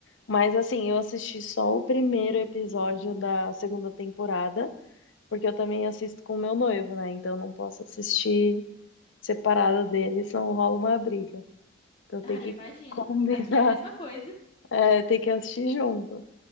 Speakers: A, on the left; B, on the left.
A: Mas assim, eu assisti só o primeiro episódio da segunda temporada, porque eu também assisto com o meu noivo, né? Então eu não posso assistir separada dele, senão rola uma briga. Então tem
B: Ah,
A: que
B: eu imagino.
A: combinar,
B: Aqui é a mesma
A: <laughs>
B: coisa.
A: é, tem que assistir junto.